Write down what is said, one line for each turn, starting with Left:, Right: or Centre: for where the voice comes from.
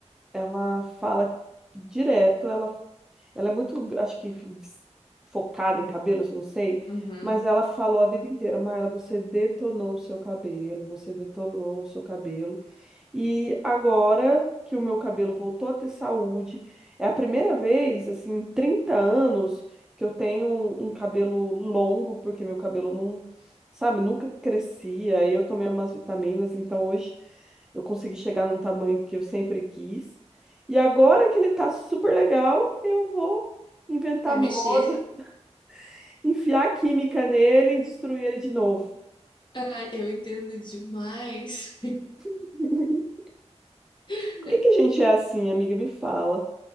Centre: ela fala direto, ela Ela é muito, acho que focada em cabelos, não sei,
Left: Uhum.
Centre: mas ela falou a vida inteira, Mayra, você detonou o seu cabelo, você detonou o seu cabelo. E agora que o meu cabelo voltou a ter saúde, é a primeira vez, assim, em 30 anos que eu tenho um um cabelo longo, porque meu cabelo não, sabe, nunca crescia. E eu tomei umas vitaminas, então hoje eu consegui chegar num tamanho que eu sempre quis. E agora que ele tá super legal, eu vou inventar
Left: É
Centre: moda,
Left: mexer. <laughs>
Centre: <laughs> enfiar química nele e destruir ele de novo.
Left: Ah, Eu entendo demais.
Centre: <laughs>
Left: <laughs>
Centre: Por que que a gente é assim, amiga? Me fala.